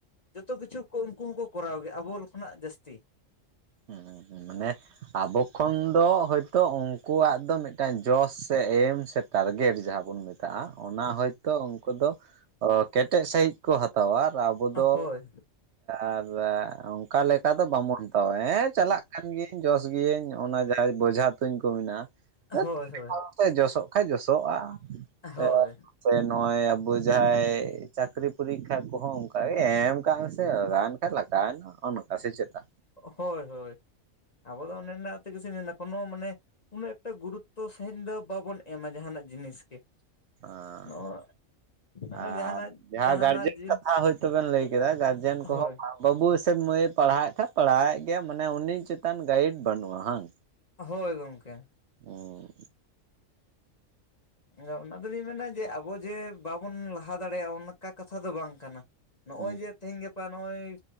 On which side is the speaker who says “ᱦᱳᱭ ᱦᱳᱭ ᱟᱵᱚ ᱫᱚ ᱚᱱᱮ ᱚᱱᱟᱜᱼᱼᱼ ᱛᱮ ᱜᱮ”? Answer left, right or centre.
Left